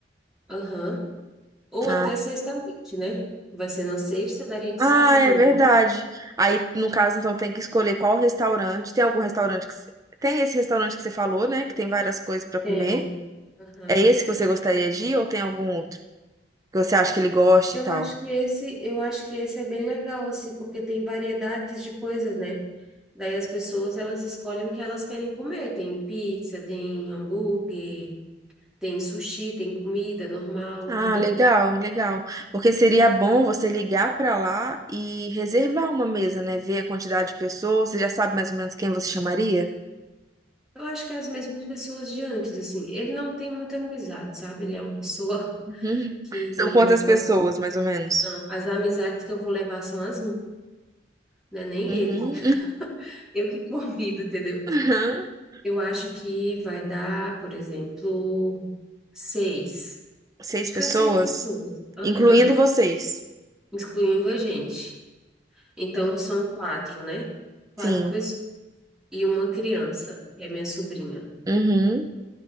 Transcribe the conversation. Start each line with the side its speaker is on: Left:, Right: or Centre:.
Centre: aham, ou
Right: Ah,
Centre: até sexta-noite, né? Vai ser na sexta, daria de
Right: Ah,
Centre: sair
Right: é
Centre: também.
Right: verdade. Aí, no caso, então, tem que escolher qual restaurante. Tem algum restaurante que... você- Tem esse restaurante que você falou, né? Que tem várias coisas pra
Centre: Tem.
Right: comer.
Centre: Aham.
Right: É esse que você gostaria de ir ou tem algum outro que você acha que ele goste
Centre: Eu
Right: e tal?
Centre: acho que esse, eu acho que esse é bem legal, assim, porque tem variedades de coisas, né? Daí as pessoas, elas escolhem o que elas querem comer. Tem pizza, tem hambúrguer, tem sushi, tem comida normal,
Right: Ah,
Centre: entendeu?
Right: legal, legal. Porque seria bom você ligar pra lá e reservar uma mesa, né? Ver a quantidade de pessoas. Você já sabe mais ou menos quem você chamaria?
Centre: Eu acho que é as mesmas pessoas de antes, assim. Ele não tem muita amizade, sabe? Ele é uma pessoa
Right: Uhum.
Centre: <laughs> que
Right: São quantas
Centre: não gosta
Right: pessoas, mais ou menos?
Centre: Não, as amizades que eu vou levar são as minhas, né? Nem
Right: Uhum.
Centre: ele. Eu que convido, entendeu?
Right: <laughs>
Centre: Eu acho que vai dar, por exemplo, seis.
Right: Seis
Centre: Acho
Right: pessoas,
Centre: que é seis pessoas. Aham.
Right: incluindo vocês.
Centre: Incluindo a gente. Então são quatro, né? Quatro
Right: Sim.
Centre: pessoas. E uma criança, que é minha sobrinha.
Right: Uhum.